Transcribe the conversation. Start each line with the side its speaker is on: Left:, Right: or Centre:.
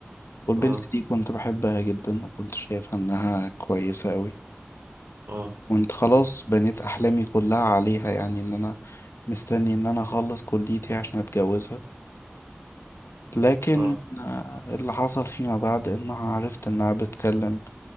Left: والبنت
Right: اه
Left: دي كنت بحبها جدا وكنت شايفها انها كويسة قوي
Right: اه
Left: وانت خلاص بنيت احلامي كلها عليها يعني ان انا مستني ان انا اخلص كليتي عشان اتجوزها لكن
Right: اه
Left: آه، اللي حصل فيما بعد انها عرفت انها بتكلم